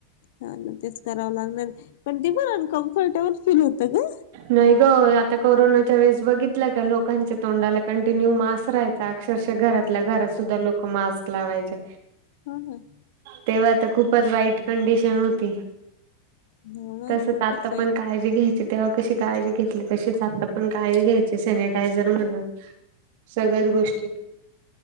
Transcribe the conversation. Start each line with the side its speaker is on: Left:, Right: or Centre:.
Left: हां ना तेच करावं लागणार पण ती बर कम्फर्टेबल फील होतं ग
Right: नाही ग आता कोरोनाच्या वेळेस बघितला का लोकांच्या तोंडाला कंटिन्यू मास राहाय अक्षरशः घरातल्या घरात सुद्धा लोक मास्क लावायचे
Left: हम्म हम्म.
Right: तेव्हा तर खूपच वाईट कंडिशन होती.
Left: हो ना
Right: तसच
Left: खूपच
Right: आत्ता
Left: वाईट
Right: पण काळजी घ्याय तेव्हा कशी काळजी घेतली तशीच आत्ता पण काळजी घ्यायची सॅनिटायझर म्हणा सगळ्याच
Left: हम्म
Right: गोष्टी